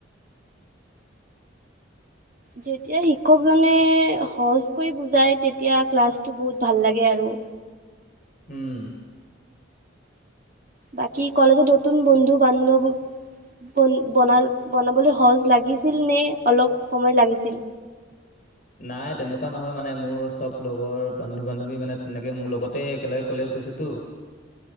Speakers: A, on the right (about 45°); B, on the left (about 40°).
A: যেতিয়া শিক্ষকজনে সহজকৈ বুজাই তেতিয়া ক্লাছটো বহুত ভাল লাগে আৰু।
B: উম।
A: বাকী, কলেজৰ নতুন বন্ধু-বান্ধৱ বন বনাল বনাবলৈ সহজ লাগিছিল নে অলপ সময় লাগিছিল।
B: নাই, তেনেকুৱা নহয় মানে। মোৰ চব লগৰ বান্ধু- বান্ধৱী মানে তেনেকে মোৰ লগতে একেলগে কলেজ গৈছেটো। ট'।